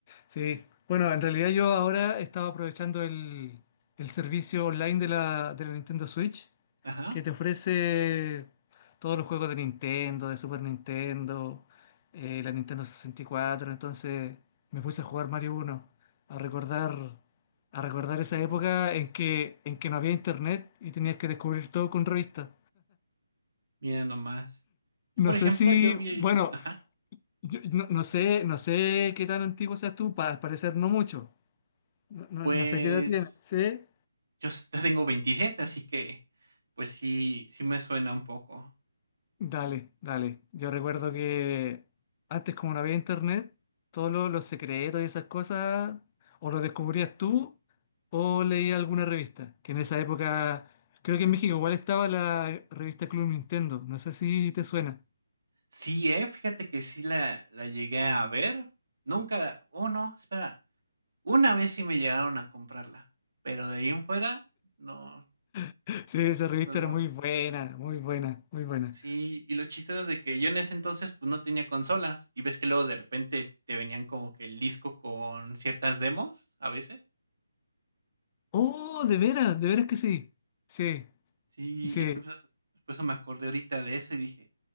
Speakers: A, on the left; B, on the right.
A: sí. Bueno, en realidad yo ahora estaba aprovechando el, el servicio online de la, de la Nintendo Switch
B: Ajá.
A: que te ofrece todos los juegos de Nintendo, de Super Nintendo, eh, la Nintendo 64. Entonces me puse a jugar Mario uno, a recordar, a recordar
B: Viejos
A: esa
B: momentos.
A: época en que, en que no había internet y tenías que descubrir todo con revistas.
B: Mira nomás. Yo,
A: No
B: por
A: sé
B: ejemplo,
A: si,
B: yo vi
A: bueno,
B: ajá,
A: yo- no, no sé, no sé qué tan antiguo seas tú, pa- al parecer no mucho. No, no-
B: pues
A: no sé qué edad tienes, ¿sí?
B: Yo s yo tengo veintisiete así que, pues sí sí me suena un poco.
A: Dale, dale. Yo recuerdo
B: Y
A: que antes como no había internet, todos lo- los secretos y esas cosas o los descubrías tú o leías alguna revista, que en esa época, creo que en México igual estaba la revista Club Nintendo, no sé si te suena.
B: sí, eh, fíjate que sí la la llegué a ver. Nunca oh, no, espera, una vez sí me llegaron a comprarla, pero de ahí en fuera, no,
A: <laughs> Sí, esa revista
B: solo
A: era muy buena, muy buena, muy buena.
B: sí, y lo chistoso es de que yo en ese entonces, pues, no tenía consolas, y ves que luego de repente te venían como que el disco con ciertas demos, a veces.
A: Oh, de veras, de veras que sí. Sí,
B: Sí,
A: sí.
B: yo entonces, pues, pues me acordé ahorita de eso y dije: